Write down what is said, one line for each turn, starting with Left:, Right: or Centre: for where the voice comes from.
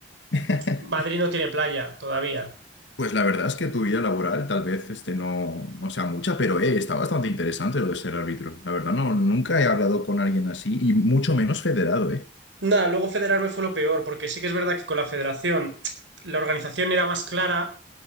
Left: <laughs>
Right: Madrid no tiene playa todavía.
Left: Pues la verdad es que tu vida laboral tal vez este, no, no sea mucha, pero eh, está bastante interesante lo de ser árbitro. La verdad, no, nunca he hablado con alguien así y mucho menos federado, ¿eh?
Right: Nada, luego federarme fue lo peor, porque sí que es verdad que con la federación la organización era más clara,